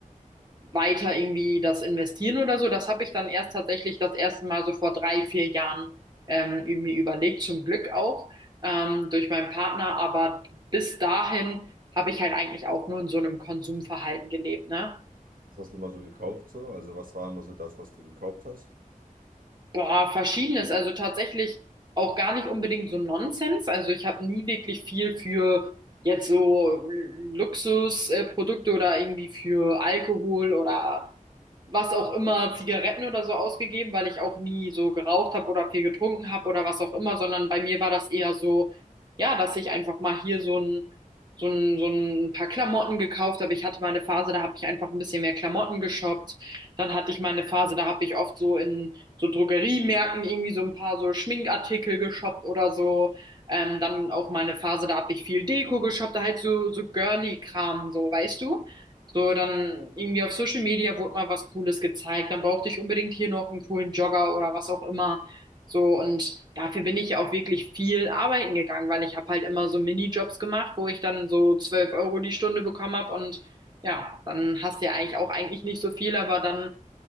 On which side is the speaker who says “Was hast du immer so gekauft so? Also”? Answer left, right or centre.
Right